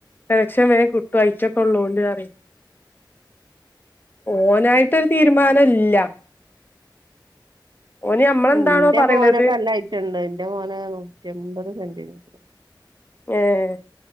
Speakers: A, on the left; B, on the right.
A: സെലക്ഷൻ വേഗം കിട്ടും ഹൈറ്റൊക്കെ ഉള്ളോണ്ട് പറയും. ഓനായിട്ടൊരു തീരുമാനം ഇല്ല ഓന് നമ്മളെന്താണോ
B: ഇന്റെ
A: പറയ്ണത്
B: മോനൊക്കെ നല്ല ഐറ്റ്ണ്ട് ഇന്റെ മോന് എമ്പത് സെന്റിമീറ്ററ്
A: ഏഹ്